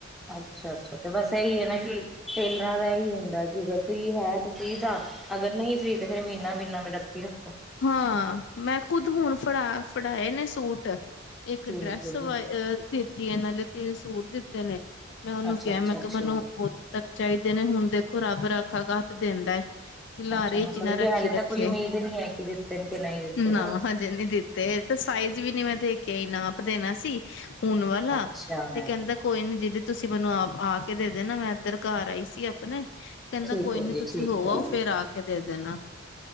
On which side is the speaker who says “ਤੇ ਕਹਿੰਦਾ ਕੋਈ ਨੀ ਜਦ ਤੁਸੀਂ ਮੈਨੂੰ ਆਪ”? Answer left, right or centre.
Left